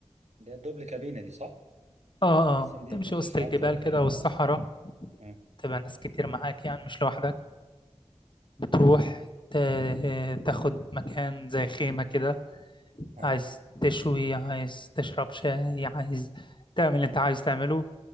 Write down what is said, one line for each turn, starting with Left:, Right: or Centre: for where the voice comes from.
Right: اللي هي الدبل كابينه دي صح
Left: اه
Right: تحس
Left: اه
Right: ان دي
Left: تمشي
Right: منتشره
Left: وسط الجبال
Right: اكتر في
Left: كده
Right: ال
Left: والصحراء
Right: مم.
Left: تبقى ناس كتير معاك يعني مش لوحدك بتروح تا- تاخد مكان زي خيمة كده
Right: اه
Left: عايز تشوي عايز تشرب شاي عايز تعمل اللي انت عايز تعمله